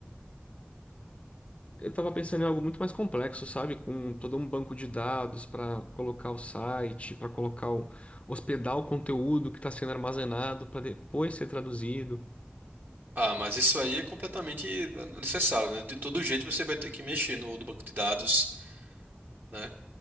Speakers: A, on the left; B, on the right.
A: Eu estava pensando em algo muito mais complexo, sabe? Com todo um banco de dados para colocar o site, para colocar o, hospedar o conteúdo que está sendo armazenado para depois ser traduzido.
B: Ah, mas isso aí é completamente eh, necessário, né? De todo jeito você vai ter que mexer no, no banco de dados, né?